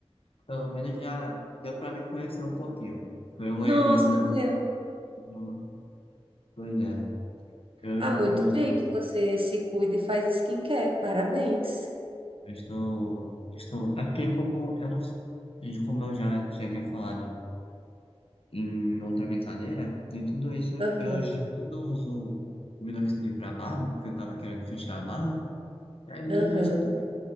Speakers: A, on the left; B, on the right.
A: pelo menos já deu pra me conhecer um pouquinho. Foi um
B: Nossa,
A: errinho no,
B: deu.
A: no... Pois é. Eu
B: Ah,
A: estou.
B: muito bem que você se cuida e faz skincare. Parabéns.
A: Eu estou, estou. É porque como eu não, como eu já tinha tinha falado em outra brincadeira, e tudo isso
B: Aham,
A: eu j- quando eu uso minoxidil para barba, porque eu tava querendo fechar a barba, aí em
B: aham.
A: tudo isso eu também